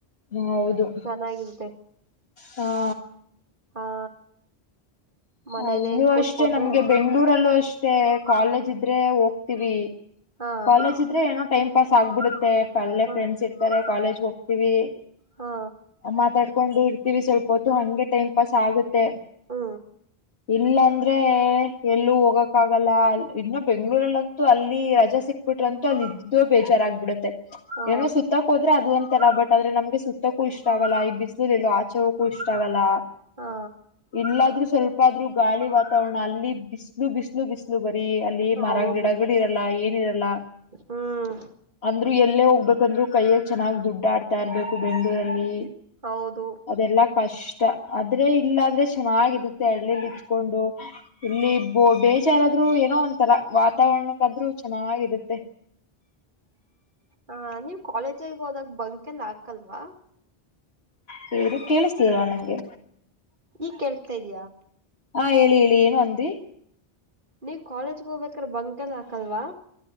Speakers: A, on the left; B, on the right.
A: ಹೌದು.........
B: ಚೆನ್ನಾಗಿರುತ್ತೆ
A: ಹಾ.
B: ಹಾ ಮನೇಲೆ
A: ಅಲ್ಲೂ
B: ಕೂತ್ಕೊಂಡ್ರೆ
A: ಅಷ್ಟೇ ನಮ್ಗೆ ಬೆಂಗ್ಳೂರಲ್ಲೂ ಅಷ್ಟೇ ಕಾಲೇಜ್ ಇದ್ರೆ ಹೋಗ್ತೀವಿ.
B: ಹಾ
A: ಕಾಲೇಜ್ ಇದ್ರೆ ಏನೋ ಟೈಮ್ ಪಾಸ್ ಆಗ್ಬಿಡುತ್ತೆ ಅಲ್ಲೆ
B: ಹಾ
A: ಫ್ರೆಂಡ್ಸ್ ಇರ್ತಾರೆ ಕಾಲೇಜ್ ಹೋಗ್ತೀವಿ.
B: ಹಾ
A: ಮಾತಾಡ್ಕೊಂಡು ಇರ್ತೀವಿ ಸ್ವಲ್ಪ ಹೊತ್ತು ಹಂಗೆ ಟೈಮ್ ಪಾಸ್ ಆಗುತ್ತೆ.
B: ಹಾ
A: ಇಲ್ಲ ಅಂದ್ರೆ ಎಲ್ಲೂ ಹೋಗಕ ಆಗಲ್ಲ. ಇನ್ನು ಬೆಂಗ್ಗಳೂರಲ್ಲಂತೂ ಅಲ್ಲಿ ರಜಾ ಸಿಕ್ಬಿಟ್ರಂತೂ ಅಲ್ಲಿ ಇದ್ದು ಬೇಜಾರಾಗಗ್ಬಿಡುತ್ತೆ.
B: ಹಾ
A: ಏನೋ ಸುತ್ತಕ್ ಹೋದ್ರೆ ಅದು ಒಂತರ ಬಟ್. ಆದ್ರೆ ನಮ್ಗೆ ಸುತ್ತಕ್ಕೂ ಇಷ್ಟ ಆಗಲ್ಲ ಈ ಬಿಸಿಲುೂರ್ ಎಲ್ಲೋ ಆಚೆಗೂ ಇಷ್ಟ ಆಗಲ್ಲ.
B: ಹಾ
A: ಇಲ್ಲಾದ್ರೂ ಸ್ವಲ್ಪಾದ್ರೂ ಗಾಳಿ ವಾತಾವರಣ ಅಲ್ಲಿ ಬಿಸ್ಲು ಬಿಸ್ಲು ಬಿಸ್ಲು. ಬರಿ ಅಲ್ಲಿ ಮರ
B: ಹೌದು
A: ಗಿಡಗಳ ಇರಲ್ಲ ಏನಿರಲ್ಲ
B: ಹ್ಮ್
A: <inaudible> ಅಂದ್ರು ಎಲ್ಲೇ ಹೋಗ್ಬೇಕಂದ್ರು ಕೈಯಲ್ಲಿ ಚೆನ್ನಾಗ್ ದುಡ್ಡಾಡ್ತಾ ಇರ್ಬೇಕು ಬೆಂಗ್ಗಳೂರಲ್ಲಿ
B: ಹೌದು
A: ಅದೆಲ್ಲಾ ಕಷ್ಟ ಆದ್ರೆ ಇಲ್ಲಾದ್ರೆ ಚೆನ್ನಾಗಿರುತ್ತೆ ಹಳ್ಳಿಲಿ ಇತ್ಕೊಂಡು ಇಲ್ಲಿ ಬೊ ಬೇಜಾರಾದ್ರು ಏನೋ ಒಂತರ ವಾತಾವರಣಕ್ಕಾದ್ರೂ ಚೆನ್ನಾಗಿರುತ್ತೆ
B: ಹ ನೀವ್ ಕಾಲೇಜಗೆ ಹೋದಾಗ ಬಂಕೆಲ್ಲ ಹಾಕಲ್ವಾ?
A: ಹೇಳಿ ಕೇಳಿಸ್ತಲ್ ನಂಗೆ
B: ಈಗ್ ಕೇಳ್ತಾ ಇದೆಯಾ
A: ಹಾ ಹೇಳಿ ಹೇಳಿ ಏನು ಅಂದ್ರರಿ
B: ನೀವ್ ಕಾಲೇಜ್ಗ ಹೋಗ್ಬೇಕ್ರ ಬಂಕ ಎಲ್ಲಾ ಹಾಕಲ್ಲ್ವಾ